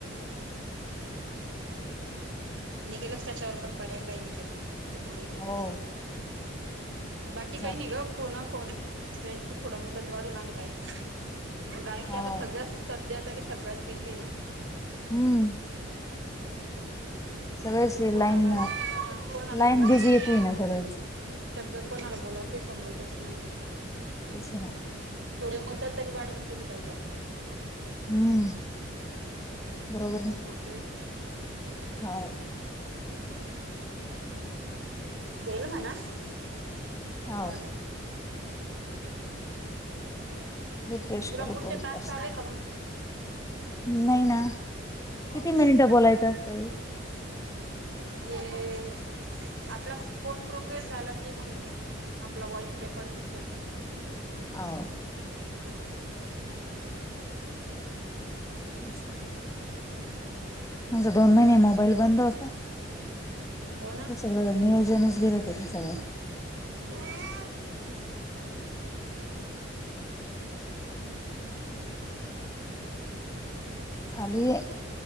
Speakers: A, on the right; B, on the left.
A: हम्म. निघेलच त्याच्यावर पण पर्याय काही ना काही असं थोडं ना
B: हो
A: हाय. बाकी काही
B: चाल
A: नाही गं फोन अ फोन फ्रेंडची थोडं मुदत वाढून आली पाहिजे. कारण की
B: हो
A: आता सगळं सध्या तरी सगळंच बिझी आहे ना.
B: हम्म. सगळेच
A: मग कोणाला
B: लाईन
A: <unintelligible> कोणालाच
B: लाईन
A: बोलाचं.
B: बिझी येते ना
A: <unintelligible>
B: सगळेच
A: सगळं कोणाला बोलावं की समजातेच नाहीये गं.
B: तेच ना.
A: थोडी मुद्दत तरी वाढून दिली पाहिजे आपल्याला.
B: हम्म बरोबर आहे.
A: की नाय.
B: हाव.
A: देईल म्हणा <unintelligible>
B: हो
A: वाढून.
B: रिफ्रेश
A: तुला
B: करू
A: पुढचे
B: करू
A: टाक्स
B: पर्स
A: आले का मग?
B: नाही ना.
A: हाव
B: किती
A: का.
B: मिनिटं बोलायचं असतंय
A: हे आपला फोन प्रोग्रेस झाला की मंग आपला वॉइस रेकॉर्ड होतं.
B: आव
A: हो.
B: तेस ना.
A: हम्म.
B: आमचा दोन महिने मोबाईल बंद होता
A: हो ना
B: असं सगळं नियोजनच गेल तशे सांगा
A: <unintelligible>
B: चालूये